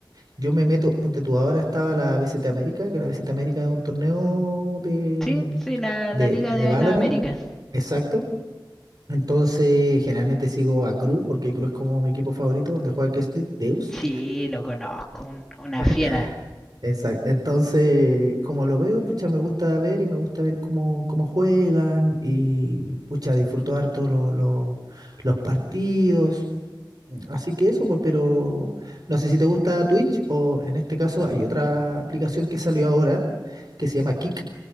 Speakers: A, on the right; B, in the centre.
A: Yo me meto, ponte tú, ahora estaba la BCT América, que la BCT América es un torneo de,
B: Sí, sí, la,
A: de,
B: la Liga
A: de
B: de
A: Valorant,
B: las Américas.
A: exacto. Entonces, generalmente sigo a Cru, porque Cru es como mi equipo favorito, donde juega Kestis Deus.
B: Sí, lo conozco, un- una
A: <laughs>
B: fiera.
A: Exacto. Entonces, como lo veo, pucha, me gusta ver y me gusta ver cómo, cómo juegan y pucha, disfruto harto lo- lo- los partidos. Así que eso, pues, pero no sé si te gusta Twitch o en este caso hay otra aplicación que salió ahora que se llama Kick,